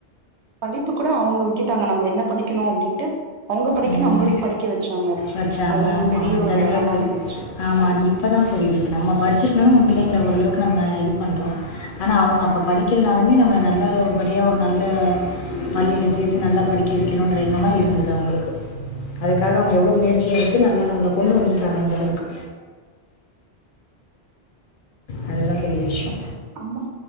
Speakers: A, on the right (about 80°); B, on the left (about 60°).
A: இப்ப கூட அவுங்க விட்டுட்டாங்க நம்ம என்ன படிக்கணு அப்டின்ட்டு அவங்க படிக்கணு
B: ம்
A: நம்மளுக்கு படிக்க வச்சாங்க
B: வெச்சாங்க
A: அது ஒரு
B: ஆமா
A: பெரிய
B: அந்த
A: ஒரு
B: அளவுக்கு
A: வரமா இருந்துச்சு
B: ஆமா அது இப்பதான் புரியுது இப்ப நம்ம படிச்சிருக்கலும் நம்ம பிள்ளைங்கல ஓரளவுக்கு நம்ம இது பண்றோம் ஆனா அவுங்க அப்போ படிக்கிலனாலுமே நம்ம நல்லபடியா ஒரு நல்ல பள்ளியில சேத்து நல்லா படிக்க வெக்கணுன்ற எண்ணொல்லா இருந்தது அவுங்களுக்கு அதுக்காக அவுங்க எவ்வளவு முயற்சியை எடுத்து நல்லா நம்மள கொண்டு வந்துட்டாங்க இந்த அளவுக்கு அதுதான் பெரிய விஷ்யோ
A: அம்மா